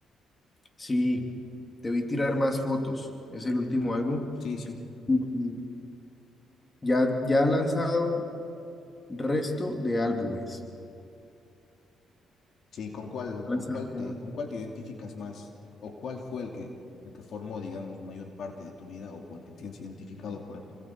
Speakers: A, on the left; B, on the left.
A: Sí, te vi tirar más fotos. Es el último álbum.
B: Sí, sí,
A: Y ya, ya ha lanzado resto de álbumes.
B: sí, ¿con cuál,
A: Ha
B: con
A: lanzado
B: cuál
A: ya-
B: te, con cuál te identificas más? ¿O cuál fue el que, el que formó, digamos, mayor parte de tu vida o con el que tienes identificado por,